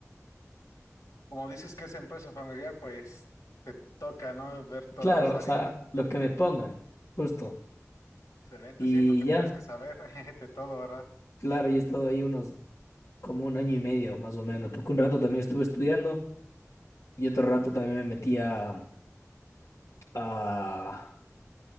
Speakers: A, on the left (about 85°); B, on the left (about 70°).
A: como dices que es empresa familiar, pues te toca, ¿no? Ver todas
B: Claro,
A: las
B: o
A: áreas.
B: sea, lo que me pongan, justo.
A: Excelente,
B: Y
A: sí, porque
B: ya,
A: tienes que saber <laughs> de todo, ¿verdad?
B: claro, yo he estado ahí unos, como un año y medio, más o menos, porque un rato también estuve estudiando y otro rato también me metí a, a,